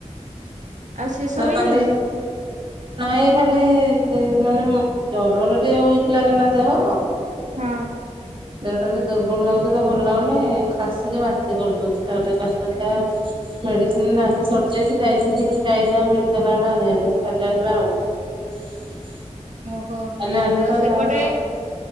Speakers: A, on the right (about 75°); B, on the right (about 40°).
A: ଆଉ ସେ ଶୋଇନି
B: କ କାଲି ନାଇଁ ଖାଲି ମାନେ ଜରରେ ଟିକେ ୱିକ ଲାଗେନା ଦେହ
A: ହଁ
B: ଦେଉଟା ଯ ଦୁର୍ବଳ ଲାଗୁଛି ତ ଭଲ ହାଗଉନି ଖାସିକି ବାନ୍ତି କରିଦଉଛି ତାଟେ କାଲି ଦେଖା ମେଡିସିନ ନାହିଁ ସରିଯାଇଚି ଯାଇଥିଲି ଯାଇ ଆ ମେଡିକାଲ ଆଡେ ଆଣିବା ପାଇଁ କଲ୍ୟାଣ ବା ଆଉ <inaudible>
A: ଓହୋ
B: କାଲି ଆଣିବୁ
A: ଆଉ
B: ତ
A: ସେପଟେ
B: ଯାହାହେଲେ ସକା